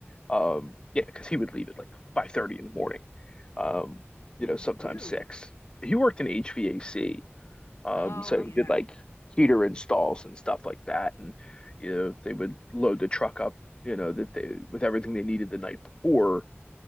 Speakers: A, on the left; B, on the left.
A: Um, yeah, because he would leave at like 5:30 in the morning. Um,
B: what
A: you
B: did
A: know, sometimes
B: he do?
A: six. He worked in HVAC. Um,
B: Oh,
A: so
B: yeah.
A: he did like heater installs and stuff like that. And you know, they would load the truck up, you know, that they with everything they needed the night before